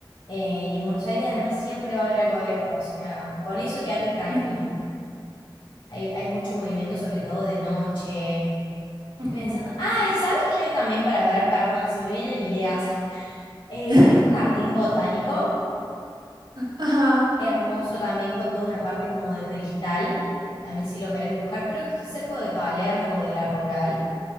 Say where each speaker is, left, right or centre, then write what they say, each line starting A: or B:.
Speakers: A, on the left (about 75°); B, on the right (about 65°).
A: Eh, y en Buenos Aires además siempre va a haber algo abierto, o sea, con eso quédate tranquila.
B: Ujú,
A: Hay, hay mucho movimiento, sobre todo de noche. Estoy
B: ujú.
A: pensando, ay, ¿sabes qué hoy también para ver? Perdón, se me vienen ideas. <laughs> Eh,
B: <laughs>
A: hay un jardín botánico
B: Ajá.
A: hermoso también con toda una parte como de cristal. También si lo querés buscar, creo que está cerca de Palermo o de La Rural.